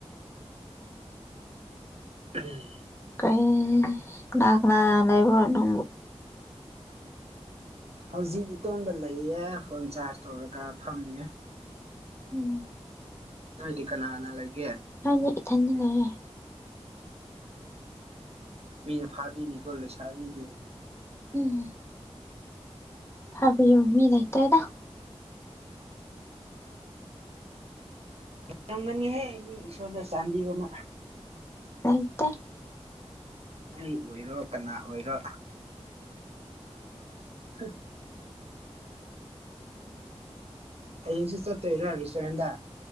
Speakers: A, on the right (about 65°); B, on the left (about 20°).
A: ꯎꯝ
B: ꯀꯩ ꯀꯅꯥ ꯀꯅꯥꯥ ꯂꯩꯕ꯭ꯔꯣ ꯅꯪꯕꯨ
A: ꯍꯧꯖꯤꯛ ꯏꯇꯨꯝꯗ ꯂꯩꯌꯦ ꯐꯣꯟ ꯆꯥꯔꯖ ꯇꯧꯔꯒ ꯐꯝꯃꯤ
B: ꯎꯝ
A: ꯅꯣꯏꯗꯤ ꯀꯅꯥ ꯀꯅꯥ ꯂꯩꯦ
B: ꯑꯩꯗꯤ ꯏꯊꯟꯗ ꯂꯩꯌꯦꯦ
A: ꯃꯤꯅ ꯐꯥꯕꯤꯅꯤꯀꯣ ꯂꯩꯁꯥꯥꯕꯤꯗꯤ
B: ꯎꯝ ꯐꯕꯤꯌꯨ ꯃꯤ ꯂꯩꯇ꯭ꯔꯦꯗ
A: ꯉꯝꯒꯅꯤꯍꯦ ꯃꯤ ꯏꯁꯣꯔꯅ ꯆꯥꯟꯕꯤꯕꯃꯥ
B: ꯂꯩꯇꯦ
A: ꯑꯩ ꯑꯣꯏꯔꯣ ꯀꯅꯥ ꯑꯣꯏꯔꯣ <unintelligible> ꯍꯌꯦꯡꯁꯨ ꯆꯠꯇꯣꯏꯔꯣ ꯔꯦꯁꯇꯨꯔꯦꯟꯗ